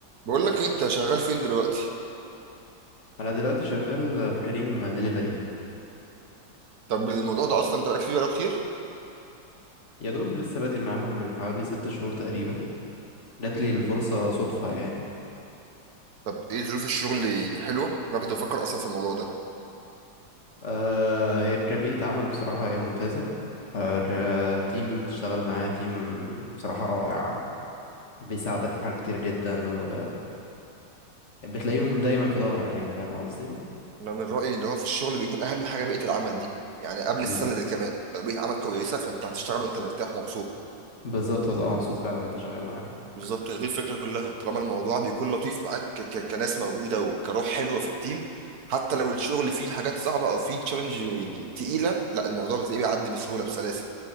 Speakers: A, on the right; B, on the left.
A: بقول لك إيه، انت شغال فين دلوقتي
B: انا دلوقتي شغال في كريم دليفري
A: طب الموضوع ده اصلا انت بقالك فيه بقاله كتير
B: يا دوب لسه بادئ معاهم من حوالي ست شهور تقريبا جاتلي الفرصة صدفة يعني
A: طب ايه ظروف الشغل يعني حلوه انا كنت بفكر اصلا في الموضوع ده
B: آه هي كبيئة عمل بصراحة هي ممتازة آه كتيم بتشتغل معاه تيم بصراحة رائع بيساعدك في حاجات كتير جدا و بتلاقيهم دايما في ظهرك يعني فاهم قصدي
A: انا من رايي اللي هو في الشغل بيكون اهم حاجه بيئه العمل دي يعني قبل
B: بز...
A: السلة دي كمان لو بيئه عمل كويسه فانت هتشتغل وانت مرتاح ومبسوط
B: بالظبط هتبقى مبسوط فعلا انت شغال معاهم
A: بالظبط هي دي الفكره كلها طالما الموضوع بيكون لطيف معاك ك- ك- كناس موجوده وكروح حلوه في التيم حتى لو الشغل فيه حاجات صعبه او فيه تشالنج يعني تقيله لا الموضوع بتلاقيه بيعدي بسهوله بسلاسه